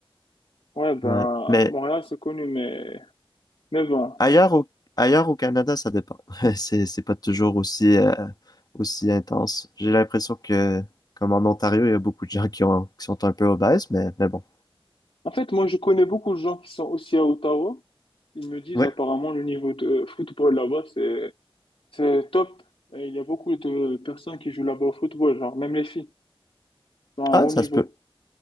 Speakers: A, on the left; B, on the left.
A: Ouais, ben,
B: Ouais. Mais
A: Montréal, c'est connu, mais, mais bon.
B: ailleurs au, ailleurs au Canada, ça dépend. <laughs> C'est, c'est pas toujours aussi, euh, aussi intense. J'ai l'impression que, comme en Ontario, il y a beaucoup de gens qui ont, qui sont un peu obèses, mais, mais bon.
A: En fait, moi, je connais beaucoup de gens qui sont aussi à Ottawa. Ils me disent
B: Ouais.
A: apparemment le niveau de football là-bas, c'est, c'est top. Et il y a beaucoup de personnes qui jouent là-bas au football, genre même les filles, sont à un
B: Ah,
A: haut
B: ça
A: niveau
B: se peut.